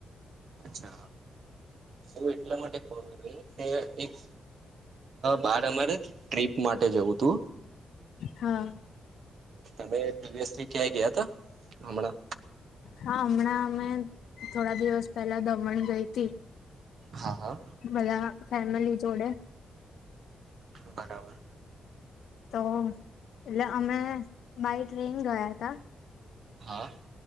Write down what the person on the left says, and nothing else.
હા
હા હમણાં અમે થોડા દિવસ પેલા દમણ ગઈ હતી.
બધા ફેમિલી જોડે
તો એટલે અમે બાય ટ્રેન ગયા હતા